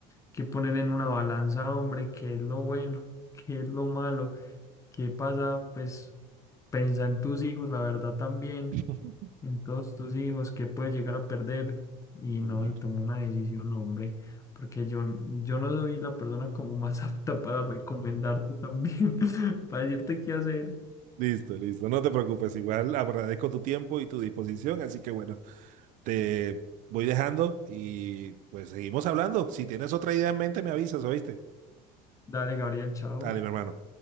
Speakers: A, on the left; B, on the right.
A: que poner en una balanza, hombre, qué es lo bueno, qué es lo malo, qué pasa, pues pensa en tus hijos, la verdad también.
B: <laughs>
A: entonces tus hijos, que puedes llegar a perder y
B: Claro.
A: no, y toma una decisión, hombre, porque yo, yo no soy la persona como más <laughs> apta para recomendarte también, <laughs> para decirte qué hacer.
B: Listo, listo. No te preocupes, igual agradezco tu tiempo y tu disposición, así que bueno, te voy dejando y pues seguimos hablando. Si tienes otra idea en mente, me avisas, ¿oíste?
A: Dale, Gabriel, chao.
B: Dale, mi hermano.